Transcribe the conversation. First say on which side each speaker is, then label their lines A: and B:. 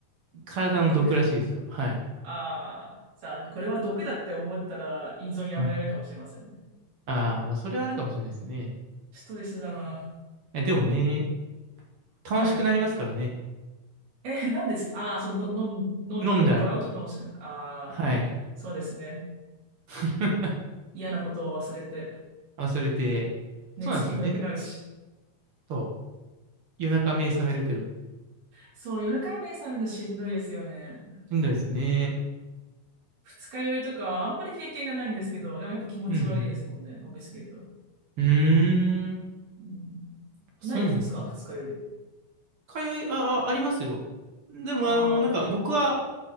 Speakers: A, on the right; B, on the right.
A: 体の毒らしいですよ。
B: 毒。
A: はい。
B: <laughs> ああ、さあ、これは毒だって思ったら依存やめられるかもしれませんね。
A: はい。ああ、それはあるかもしれないですね。
B: ストレスだな。
A: え、でもね、楽しくなりますからね。
B: はい。え、何ですああー、その、の飲ん飲んで酔っ払うと楽しくな、
A: 飲んだら。
B: ああ、
A: はい。
B: そうですね。
A: <laughs>
B: 嫌なことを忘れて、
A: 忘れて。
B: 寝つきも良くなるし。
A: そうなんですよね。そう。夜中目覚めるけど。
B: ちそう、夜中目覚めるのしんどいですよね。
A: しんどいですね。
B: 二日酔いとか、あんまり経験がないんですけど、でもやっぱ気持ち悪いですもんね、
A: うん
B: 飲みすぎると。
A: うん。うーん。
B: うん、
A: そうなんだ。
B: ないですか二日酔い。
A: 通い、あ、あ、ありますよ。でも、
B: ああ、
A: あの、なんか僕は、
B: いや、